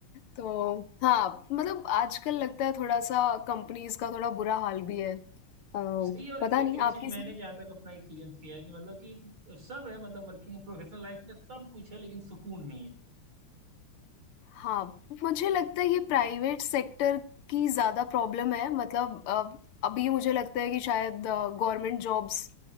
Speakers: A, on the left; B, on the right.
A: तो हाँ, मतलब आजकल लगता है थोड़ा-सा कंपनीज़ का थोड़ा बुरा हाल भी है। अ, पता
B: सही है और एक
A: नहीं
B: एक चीज
A: आपके
B: मैंने
A: साथ
B: जहाँ तक अपना एक्सपीरियंस किया है कि मतलब कि सब है मतलब वर्किंग प्रोफेशनल लाइफ में सब कुछ है लेकिन सुकून नहीं है
A: हाँ, मुझे लगता है ये प्राइवेट सेक्टर की ज़्यादा प्रॉब्लम है मतलब अ, अभी मुझे लगता है कि शायद गवर्नमेंट जॉब्स